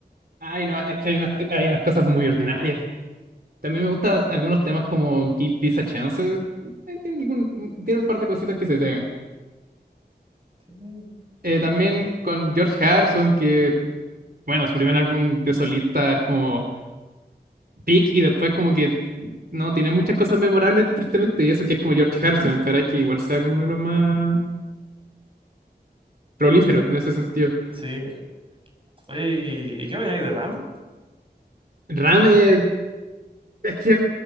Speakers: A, on the right; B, on the right.
A: Ay, no, es que hay unas, hay unas cosas muy ordinarias También me gustan algunos temas como Give Peace a Chance. Eh, Tiene, algún- mm, tiene un par de cositas que se pegan.
B: Sí, sí,
A: Eh, también
B: tenías razón.
A: con George Harrison, que, bueno, su primer álbum de solista es como Peak y después como que no tiene muchas cosas memorables, tristemente, y eso que es como George Harrison, espera que igual sea como uno de los más prolíferos en ese sentido.
B: Sí. Oye, ¿y qué opináis de Ram?
A: Ram, eh, es que,